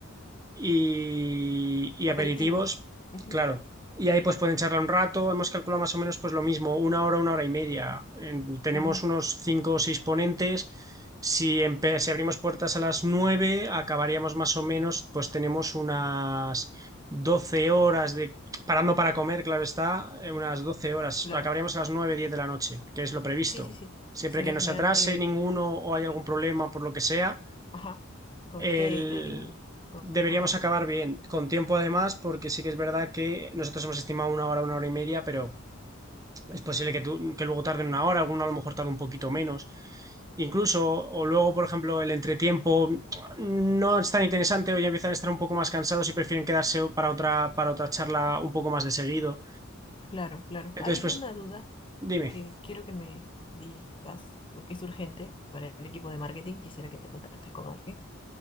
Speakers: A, on the right; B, on the left.
A: y, y
B: aperitivos,
A: aperitivos,
B: ujú,
A: claro. Y ahí pues pueden charlar un rato, hemos calculado más o menos pues lo mismo, una hora, una hora y media. En- tenemos
B: ujú,
A: unos cinco o seis ponentes. Si, empe- si abrimos puertas a las nueve, acabaríamos más o menos, pues tenemos unas 12 horas de, parando para comer, claro está, eh, unas doce horas.
B: claro,
A: Acabaríamos a las nueve, 10 de la noche, que es lo previsto.
B: sí, sí, sí,
A: Siempre
B: estaría
A: que no
B: genial,
A: se atrase
B: eh,
A: ninguno o hay algún problema por lo que sea,
B: ajá, con
A: el-
B: el catering, con,
A: deberíamos
B: todo,
A: acabar bien, con tiempo además, porque sí que es verdad que nosotros hemos estimado una hora, una hora y media, pero es posible que, tú- que luego tarden una hora, alguno a lo mejor tarde un poquito menos. Incluso, o luego, por ejemplo, el entretiempo no es tan interesante o ya empiezan a estar un poco más cansados y prefieren quedarse para otra, para otra charla un poco más de seguido.
B: claro, claro.
A: Entonces,
B: Hay
A: pues,
B: una duda
A: dime,
B: que quiero que me digas, porque es urgente para el equipo de marketing, quisiera que te contactes con alguien.